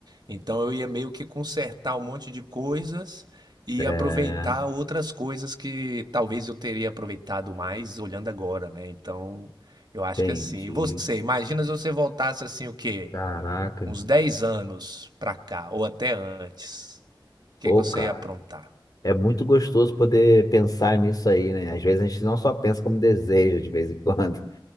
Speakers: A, on the right; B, on the left.
A: Então eu ia meio que consertar um monte de coisas e
B: é,
A: aproveitar outras coisas que talvez eu teria aproveitado mais olhando agora, né? Então eu acho
B: entendi.
A: que é assim. E você, imagina se você voltasse assim o quê?
B: Caraca,
A: uns 10 anos pra cá, ou até antes, o que
B: pô,
A: que você
B: cara.
A: ia aprontar?
B: É muito gostoso poder pensar nisso aí, né? Às vezes a gente não só pensa como deseja de vez em quando.